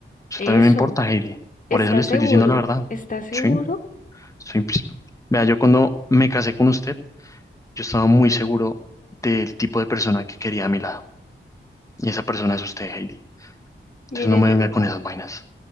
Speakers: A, on the left; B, on the left.
A: Usted
B: Eso,
A: también me importa, Hailey. Por
B: ¿está
A: eso le estoy
B: seguro?
A: diciendo la verdad.
B: ¿Está seguro?
A: Sí, soy... psi- Vea, yo cuando me casé con usted, yo estaba muy seguro del tipo de persona que quería a mi lado. Y esa persona es usted, Hailey.
B: Mire,
A: Entonces no me
B: yo,
A: venga con esas vainas.